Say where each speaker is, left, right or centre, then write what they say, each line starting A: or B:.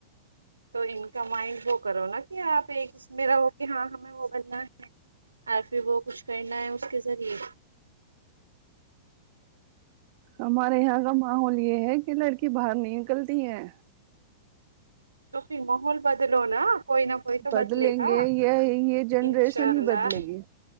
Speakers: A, on the right (about 90°); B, on the right (about 50°).
A: تو ان کا مائنڈ وہ کرو نا کہ آپ ایک اس م رہا ہو کہ ہاں ہمیں وہ بننا ہے اور پھر وہ کچھ کرنا ہے اس کے ذریعے
B: ہمارے یہاں کا ماحول یہ ہے کہ لڑکی باہر نہیں نکلتی ہے
A: تو پھر محول بدلو نا کوئی نہ کوئی تو
B: بدلیں
A: بدلے گا
B: گے یہ یہ جنریشن
A: انشاء اللہ
B: ہی بدلے گی